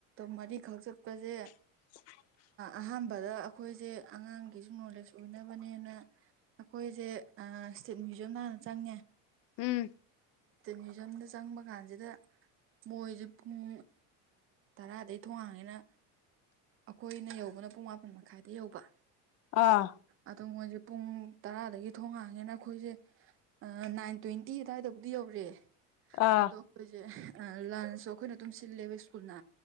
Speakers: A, on the right; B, on the left.
A: ꯃꯔꯤꯈꯛ ꯆꯠꯄꯁꯦ
B: <inaudible>
A: ꯑꯍꯥꯟꯕꯗ ꯑꯩꯈꯣꯏꯁꯦ ꯑꯉꯥꯡꯒꯤꯁꯨ ꯅꯣꯂꯦꯖ ꯑꯣꯏꯅꯕꯅꯦꯅ ꯑꯩꯈꯣꯏꯁꯦ ꯏꯁ꯭ꯇꯦꯠ ꯃ꯭ꯌꯨꯖꯌꯝꯗ ꯍꯥꯟꯅ ꯆꯪꯉꯦ
B: ꯎꯝ
A: ꯃ꯭ꯌꯨꯖꯌꯝꯗ ꯆꯪꯕ ꯀꯥꯟꯁꯤꯗ ꯃꯣꯏꯁꯨ ꯄꯨꯡ ꯇꯔꯥꯗꯩ ꯊꯣꯡ ꯍꯥꯡꯉꯦꯅ ꯑꯩꯈꯣꯏꯅ ꯌꯧꯕꯅ ꯄꯨꯡ ꯃꯥꯄꯟ ꯃꯈꯥꯏꯗ ꯌꯧꯕ
B: ꯑꯥ
A: ꯑꯗꯨ ꯃꯣꯏꯖꯦ ꯄꯨꯡ ꯇꯔꯥꯗꯒꯤ ꯊꯣꯡ ꯍꯥꯡꯉꯦꯅ ꯑꯩꯈꯣꯏꯁꯦ ꯑ ꯅꯥꯏꯟ ꯇ꯭ꯋꯦꯟꯇꯤ ꯑꯗꯥꯏꯗꯕꯨꯗꯤ ꯌꯧꯔꯦ
B: ꯑꯥ
A: ꯑꯗꯣ ꯑꯩꯈꯣꯏꯁꯦ ꯑ ꯂꯟꯁꯨ ꯑꯩꯈꯣꯏꯅ ꯑꯗꯨꯝ ꯁꯤꯜꯂꯦꯕ ꯁ꯭ꯀꯨꯜꯅ